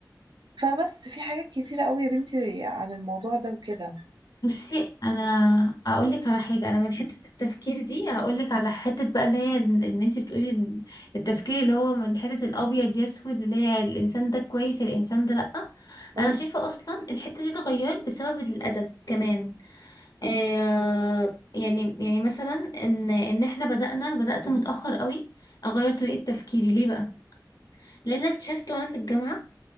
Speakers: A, on the right; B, on the left.
A: فبس في حاجات كتيرة قوي يا بنتي عن الموضوع ده وكده
B: بصي انا اقول لك على حاجه انا من حته التفكير دي هقول لك على حته بقى اللي هي ال- ان انت بتقولي ال- التفكير اللي هو من حته الابيض يسود اللي هي الانسان ده كويس الانسان ده لا
A: فقولي
B: انا شايفه اصلا الحته دي اتغيرت بسبب الادب كمان آه يعني يعني مثلا ان ان احنا بدانا بدات متاخر قوي اغير طريقه تفكيري ليه بقى لان أنا اكتشفت وانا في الجامعه